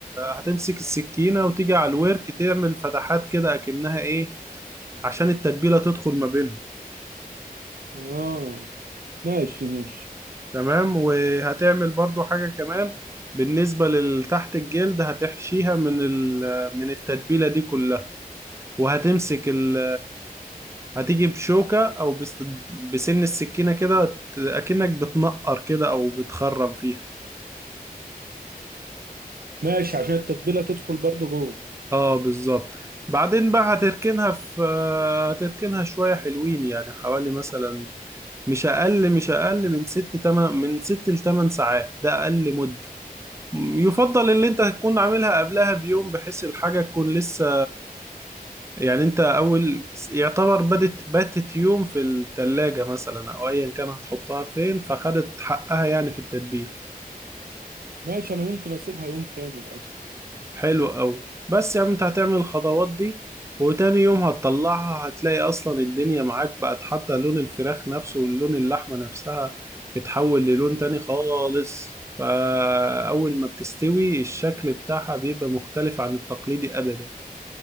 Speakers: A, on the right (about 20°); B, on the right (about 75°).
A: هتمسك السكينة وتيجي على الورك تعمل فتحات كده أكنها إيه عشان التتبيلة تدخل ما بينهم
B: اه ماشي ماشي
A: تمام وهتعمل برضو حاجة كمان بالنسبة لتحت الجلد هتحشيها من ال- من التتبيلة دي كلها وهتمسك ال هتيجي بشوكة أو بس- بسن السكينة كده ت- أكنك بتنقر كده أو بتخرم فيها
B: ماشي عشان التتبيلة تدخل برضو جوه
A: اه بالظبط بعدين بقى هتركنها في هتركنها شوية حلوين يعني حوالي مثلا مش أقل مش أقل من ست تمن من ست لتمن ساعات ده أقل مدة يفضل اللي انت تكون عاملها قبلها بيوم بحيث الحاجة تكون لسه يعني انت اول يعتبر بدت باتت يوم في التلاجة مثلا او ايا كان هتحطها فين فخدت حقها يعني في التتبيل
B: ماشي انا ممكن اسيبها يوم كامل اصلا
A: حلو قوي بس يعني انت هتعمل الخطوات دي وتاني يوم هتطلعها هتلاقي اصلا الدنيا معاك بقت حتى لون الفراخ نفسه ولون اللحمة نفسها اتحول للون تاني خالص فأول ما بتستوي الشكل بتاعها بيبقى مختلف عن التقليدي أبدا